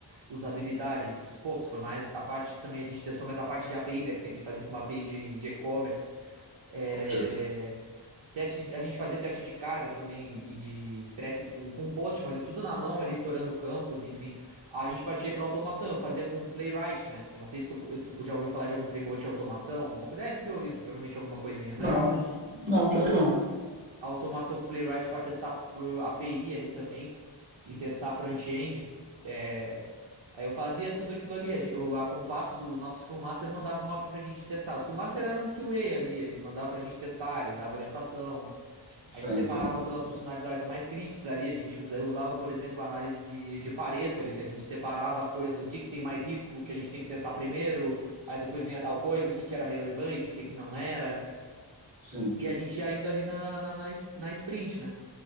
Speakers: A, on the right (about 80°); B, on the right (about 20°).
A: usabilidade, que eu fiz poucos, foi mais a parte também, a gente testou mais a parte de API, né? Porque a gente fazia para uma API de de e-commerce. É,
B: entendi.
A: Teste, a gente fazia teste de carga também e de estresse com, com Postman ali, tudo na mão, ali estourando campos, enfim. A gente partia para automação, eu fazia com Playwright, né? Eu não sei se tu, tu já ouviu falar de algum framework de automação, alguma coisa. Deve ter ouvido, provavelmente alguma coisinha,
B: Não,
A: né?
B: não, pior que não.
A: a automação com o Playwright para testar uh, API ali também e testar front-end. É, Aí eu fazia tudo aquilo ali. A, gen- eu- a Compassos, o nosso Scrum Master mandava uma API pra gente testar. O Scrum Master era um QA ali, ele mandava pra gente testar, ele dava orientação. A
B: Sim,
A: gente separava
B: sim,
A: pelas funcionalidades mais críticas ali. A gente usa- eu usava, por exemplo, a análise de, de Pareto ali, que a gente separava as coisas, o que que tem mais risco, o que a gente tem que testar primeiro. Aí depois vinha tal coisa, o que que era relevante, o que que não era.
B: sim.
A: E a gente ia indo ali na, na, na, es- na sprint, né?